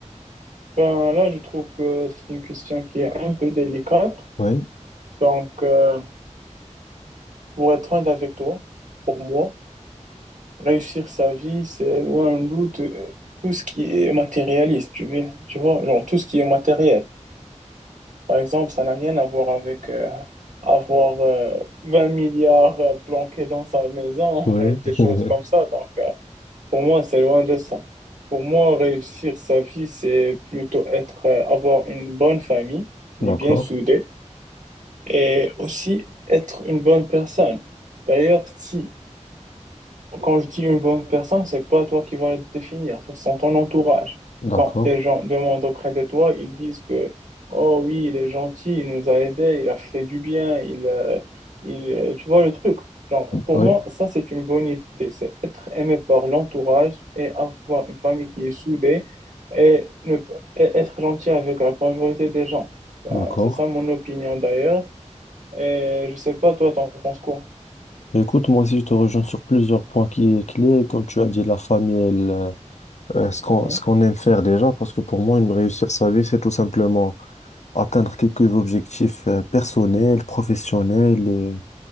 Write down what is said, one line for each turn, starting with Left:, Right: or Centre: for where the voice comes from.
Right: Ben là, je trouve que c'est une question qui est un peu délicate.
Left: Oui,
Right: Donc, euh, pour être honnête avec toi, pour moi, réussir sa vie, c'est loin d'un doute euh, tout ce qui est matérialiste, tu vois, tu vois, genre tout ce qui est matériel. Par exemple, ça n'a rien à voir avec euh, avoir euh, 20 milliards euh, planqués dans sa maison,
Left: oui,
Right: <laughs> des choses
Left: <laughs>
Right: comme ça. Donc, euh, Pour moi, c'est loin de ça. Pour moi, réussir sa vie, c'est plutôt être, euh, avoir une bonne famille qui
Left: d'accord,
Right: est bien soudée et aussi être une bonne personne. D'ailleurs, si quand je dis une bonne personne, c'est pas toi qui vas le définir, ce sont ton entourage.
Left: d'accord,
Right: Quand les gens demandent auprès de toi, ils disent que, oh oui, il est gentil, il nous a aidés, il a fait du bien, il, euh, il, euh, tu vois le truc. Genre, pour
Left: oui,
Right: moi, ça, c'est une bonne idée. C'est être aimé par l'entourage et avoir une famille qui est soudée et, ne, et être gentil avec la majorité des gens. Ben,
Left: d'accord.
Right: c'est ça mon opinion d'ailleurs. Et je sais pas, toi, t'en penses quoi?
Left: Écoute, moi aussi, je te rejoins sur plusieurs points qui est clé. Comme tu as dit, la famille, elle euh, euh, ce qu'on,
Right: Oui,
Left: ce qu'on aime faire déjà, parce que pour moi, une réussir sa vie, c'est tout simplement atteindre quelques objectifs euh, personnels, professionnels et,